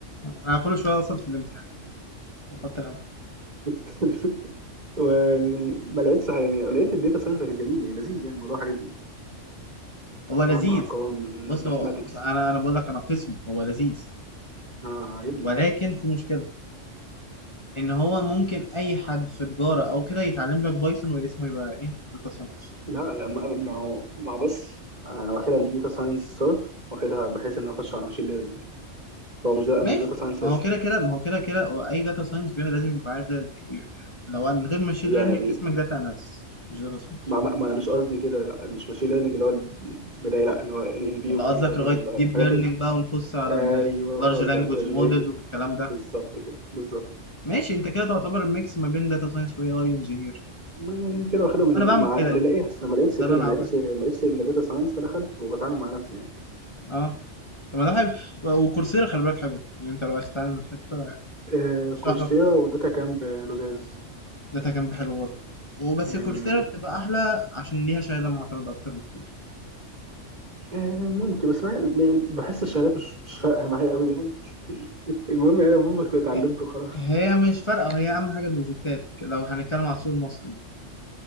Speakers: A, on the left; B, on the right.
A: انا كل شويه اقصد في الامتحان وقد الامر
B: <laughs> ويعني ما لقيتش حاجة- يعني لقيت الداتا ساينس كان جميل يعني لذيذ يعني الموضوع عجبني
A: هو لذيذ
B: أعمل أرقام
A: بص
B: ماثماتكس
A: هو بص انا انا بقول لك انا قسمي هو لذيذ
B: أنا عجبني
A: ولكن في مشكله ان هو ممكن اي حد في تجاره او كده يتعلم لك بايثون واسمه يبقى ايه داتا ساينس
B: لا ما ما هو ما هو بص انا واخدها مش داتا ساينس صرف واخدها بحيث ان انا اخش على ماشين ليرنينج هو مش ده
A: ماشي
B: انا مش داتا ساينس
A: ما
B: بس
A: هو كده كده ما هو كده كده واي داتا ساينس لازم يبقى عارف ده لو من غير ماشين
B: يعني
A: ليرنينج اسمك داتا اناليسيس مش داتا ساينس
B: ما, ما, ما انا مش قصدي كده لا مش ماشين ليرنينج اللي هو البدايه لا اللي هو ان ال بي
A: ولا
B: وكمبيوتر
A: قصدك
B: فيجن
A: لغايه
B: بقى
A: ديب
B: حاجات
A: ليرنينج
B: الج...
A: بقى ونخش على
B: ايوه
A: اللارج
B: قصدي
A: لانجوج
B: على كده جنريتيف
A: موديل والكلام
B: بالظبط
A: ده
B: كده بالظبط
A: ماشي انت كده تعتبر الميكس ما بين داتا ساينس واي اي انجينير
B: ما يعني كده واخدها من
A: انا
B: الاتنين.
A: بعمل
B: مع
A: كده
B: اللي
A: يعني
B: لاقيها بس أنا ما لقيتش
A: هو ده
B: كده
A: اللي انا
B: ما
A: عملته
B: لقيتش ما
A: يعني
B: لقيتش الا داتا ساينس فدخلت وبتعامل مع نفسي يعني
A: اه طب ما ده حلو و- وكورسيرا خلي بالك حلو يعني انت لو عايز تتعلم حته
B: آه
A: ارشح
B: كورسيرا
A: لك كورسيرا
B: وداتا كامب لزاز
A: داتا كان حلو برضه وبس
B: يعني
A: كورسيرا بتبقى احلى عشان ليها شهاده معتمده اكتر بكتير
B: آه، ممكن بس ما- ما- بحس الشهادات مش مش فارقة معايا أوي يعني المهم يعني المهم كنت اتعلمت
A: إيه،
B: وخلاص
A: هي مش فارقه هي اهم حاجه البروجكتات لو هنتكلم على السوق المصري يعني